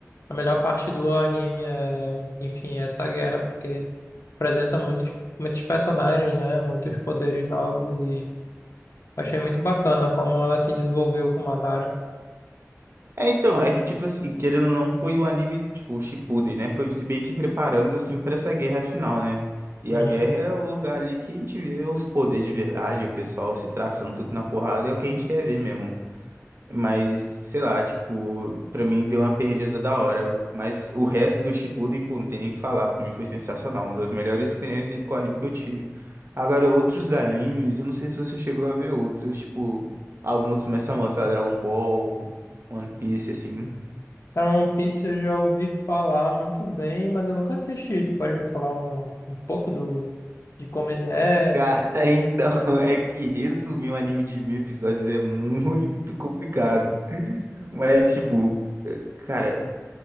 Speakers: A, on the left; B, on the right.
A: a melhor parte do anime é, enfim, é essa guerra, porque apresenta muitos, muitos personagens, né? Muitos poderes novos e achei muito bacana como ela se desenvolveu com Madara.
B: É, então, é que, tipo assim, querendo ou não, foi o anime, tipo, o Shippuden, né? Foi se meio que preparando, assim, pra essa guerra final, né? E
A: Uhum.
B: a guerra é o lugar ali que a gente vê os poderes de verdade, o pessoal se traçando tudo na porrada, é o que a gente quer ver mesmo. Mas, sei lá, tipo, pra mim deu uma perdida da hora. Mas o resto do Shippuden, pô, não tem nem o que falar. Pra mim foi sensacional. Uma das melhores experiências de- com anime que eu tive. Agora, outros animes, eu não sei se você chegou a ver outros, tipo, alguns outros mais famosos, sei lá, Dragon Ball, One Piece, assim.
A: Cara, One Piece eu já ouvi falar muito bem, mas eu nunca assisti. Tu pode me falar um, um pouco do, de como ele é?
B: Cara, <laughs> então, é que resumir um anime de mil episódios é muito complicado. Mas, tipo, cara,